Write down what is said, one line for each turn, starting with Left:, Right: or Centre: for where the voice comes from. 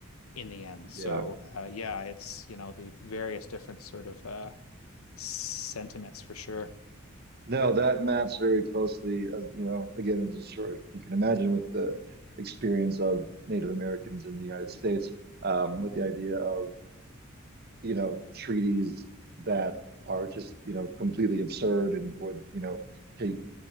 Left: in the end. So
Right: Yeah.
Left: uh, yeah, it's you know the various different sort of uh, sentiments for sure.
Right: No, that maps very closely, as you know, again, as I'm sure you can imagine with the experience of Native Americans in the United States, um, with the idea of, you know, treaties that are just, you know, completely absurd and would, you know, take